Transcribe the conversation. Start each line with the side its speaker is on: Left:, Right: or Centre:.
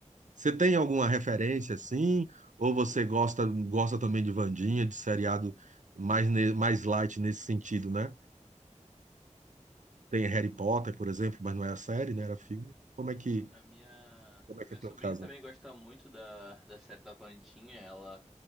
Right: Você tem alguma referência assim? Ou você gosta gosta também de Wandinha, de seriado mais, ne- mais light nesse sentido, né? Tem Harry Potter, por exemplo, mas não é a série, né?
Centre: Uhum.
Right: Era filme. Como é que,
Centre: A minha,
Right: como
Centre: a
Right: é que
Centre: minha
Right: é o
Centre: sobrinha
Right: teu caso?
Centre: também gosta muito da, da série da Vandinha. Ela